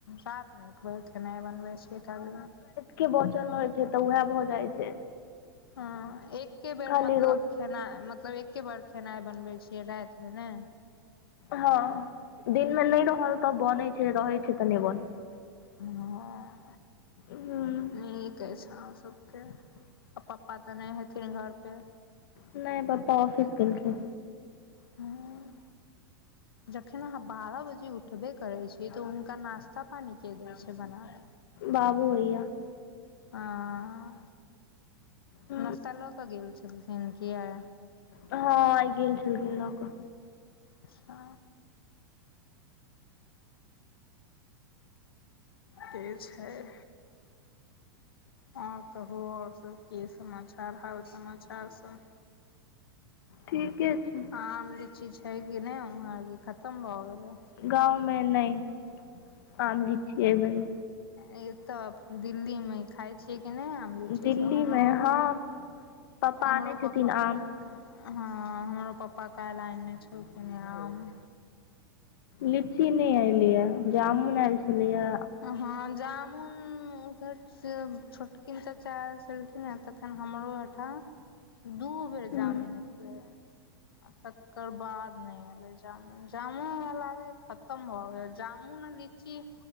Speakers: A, on the left; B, on the left.
A: रात मे एकबेर खेनाइ बनबै छियै खाली।
B: के बचल रहै छै, तऽ उएह भऽ जाइ छै।
A: हां एके बेर
B: खाली
A: मतलब
B: रोट
A: तेना मतलब एके बार खेनाइ बनबै छियै राइत मे नेइ।
B: हँ दिन मे नहि रहल तऽ बनैत छै रहैत छै तऽ नहि बनैत छै।
A: ह
B: छै
A: न कैस आहा सबके पप्पा तऽ नहि हेथिन घर पे
B: नई पापा ऑफिस गेलखिन।
A: हँ।। जखैन अहाँ बारह बजे उठबे करै छियै तऽ हुनका नाश्ता पानी के दै छै बना के।
B: बाबू भैया।
A: हआँ
B: ह
A: नश्ता लऽ कऽ गेल छलखिन कि आइ।
B: हँ आइ गेल छलखिन लऽ कऽ।
A: अच्छा। से छैई। ह कहू और सब की समाचार हाल समाचार सब।
B: ठीक छि।
A: आम, लीची छै कि नहि उम्हर कि खतम भए गेलै।
B: गाँवमे न ई आम, लीची ऐबेर।
A: ए तऽ दिल्ली मे खाय छियै कि नेई आम। होई छै
B: दिल्लीमे
A: सब हमरो
B: हँ पप्पा
A: हमरो
B: आनै छथिन
A: पपा। हँ
B: आम
A: हमरो पप्पा काल्हि अनने छलखिनय आम।
B: लीची नहि एलैया जामुन एलछलैया।
A: अहँ जामुन। धर से छोटकिन चच्चा एल छलखिने तखन हमरो ओहिठाम। दू बेर जामीन
B: ह
A: एलैया। तकर बाद नहि एले जामुन -जामुन हमरा लागेया खतम भऽ गेल जामुन आ ली। ची